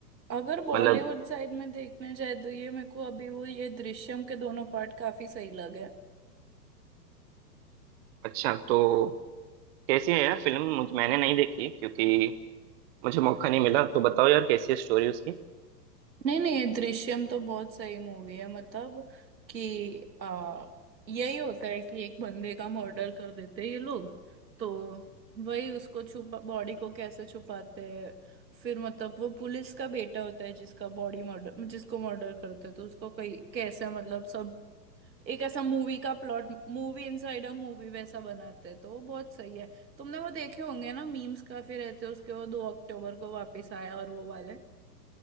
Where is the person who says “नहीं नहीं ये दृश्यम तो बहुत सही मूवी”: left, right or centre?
Right